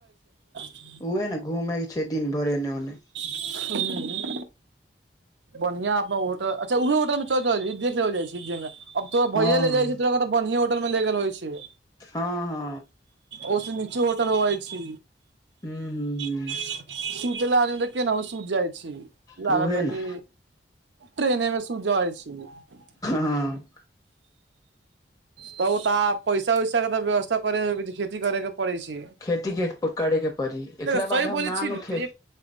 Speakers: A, on the right; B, on the left.
A: <unintelligible>
B: उहे ने घूमे के छै दिन भरि एने ओने
A: <inaudible> बढ़िया अपना होटल अच्छा उह होटल में चलल देख जाइ अब तोरा
B: हँ
A: भैया ले
B: हँ
A: जाइ छ तऽ बढ़ियए होटल में ल गेल होइ छै
B: हँ हँ
A: ओ से नीचे होटल होवई छी
B: हूँ हू हू
A: सुत लाग तऽ केना हो सुत जाइ छी
B: हूँ
A: लाग
B: उहे
A: तऽ
B: ने
A: कि ट्रेन एमे सु जाइ छ
B: हँ
A: त ओ त पैसा उइसा क तऽ व्यवस कर खेति करैके पड़ै छै
B: खेतीके करयके पड़ी एकरा
A: देखो सही
B: बाद हम
A: बोलै
B: न आनू
A: छी ने
B: खे
A: तऽ